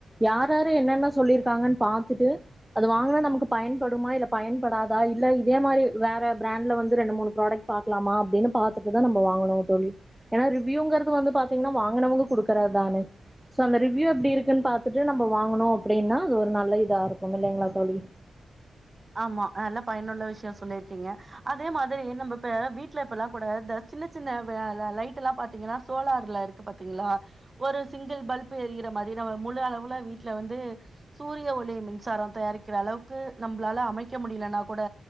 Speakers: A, in the centre; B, on the right (about 30°).
A: யாராரு என்னென்ன சொல்லிருக்காங்கன்னு பாத்துட்டு அது வாங்குனா நமக்கு பயன்படுமா இல்ல பயன்படாதா இல்ல இதே மாரி வேற ப்ராண்ட்ல வந்து ரெண்டு மூணு ப்ராடக்ட் பாக்கலாமா அப்டின்னு பாத்துட்டுதா நம்ப வாங்கணு தோழி ஏன்னா ரிவ்யூங்கிறது வந்து பாத்தீங்கன்னா வாங்கனவங்க குடுக்குறதுதானே சோ அந்த ரிவ்யூ எப்டி இருக்குன்னு பாத்துட்டு நம்ம வாங்கனோ அப்டின்னா அது ஒரு நல்ல இதா இருக்கு க்குமில்லைங்களா தோழி
B: ஆமா நல்லா பயனுள்ள விஷய சொல்லியிருக்கீங்க அதே மாதிரி நம்ம இப்ப வீட்ல இப்பெல்லா கூட த சின்ன சின்ன வ லைட்டெல்லா பாத்தீங்கன்னா சோலார்ல இருக்கு பாத்தீங்களா ஒரு சிங்கிள் பல்ப் எறியிற மாரி நம்ம முழு அளவுல வீட்ல வந்து சூரிய ஒளி மின்சார தயாரிக்கிறளவுக்கு நம் மளால அமைக்க முடியலனா கூட